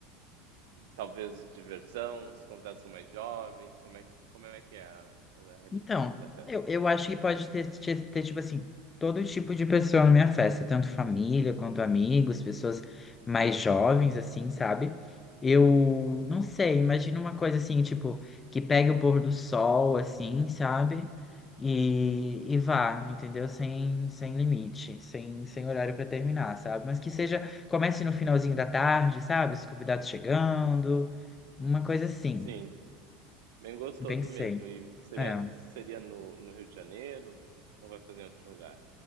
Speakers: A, on the right; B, on the left.
A: talvez diversão? Os convidados são mais jovens? Como é, como é que é a, a realidade
B: Então,
A: da festa
B: eu,
A: para
B: eu
A: você?
B: acho que pode ter, ter, ter, tipo assim, todo tipo de pessoa na minha festa, tanto família quanto amigos, pessoas mais jovens, assim, sabe? Eu não sei, imagino uma coisa assim, tipo, que pegue o pôr do sol, assim, sabe? E, e vá, entendeu? Sem, sem limite, sem, sem horário pra terminar, sabe? Mas que seja, comece no finalzinho da tarde, sabe? Os convidados chegando, uma coisa
A: Sim,
B: assim,
A: bem gostoso
B: pensei.
A: mesmo. E seria,
B: É.
A: seria no, no Rio de Janeiro ou vai fazer em outro lugar?